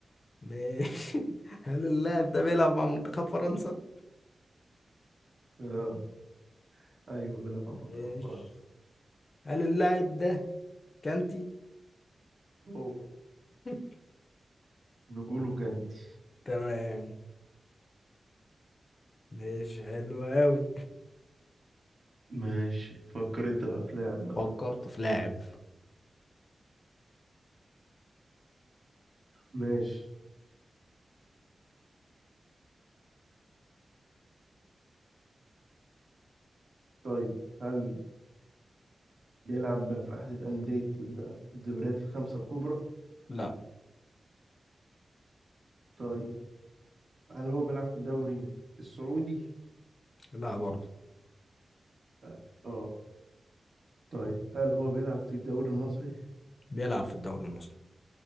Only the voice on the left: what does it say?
ماشي هل اللاعب ده بيلعب مع منتخب فرنسا
ماشي
هل اللاعب ده كانتي
<laughs>
تمام ماشي حلو أوي
فكرت في لاعب
لا
لا برضه
بيلعب في الدوري المصري